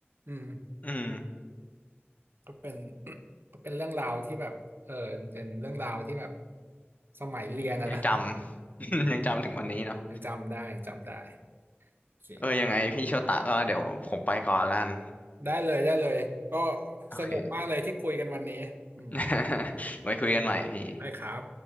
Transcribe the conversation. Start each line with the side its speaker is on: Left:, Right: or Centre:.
Right: อืม
Left: อืม
Right: ก็เป็น <clears throat> ก็เป็นเรื่องราวที่แบบเออเป็นเรื่องราวที่แบบสมัยเรียนอะนะ
Left: ยังจำ <laughs>
Right: อืม
Left: ยังจำถึงวันนี้เนาะ
Right: ยังจำได้ยังจำได้โอเค
Left: เออยังไงพี่โชตะก็เดี๋ยวผมไปก่อนละกัน
Right: ได้เลยได้เลยก็
Left: โอเค
Right: สนุกมากเลยที่คุยกันวันนี้อืม
Left: <laughs> ไว้คุยกันใหม่พี่
Right: ได้ครับ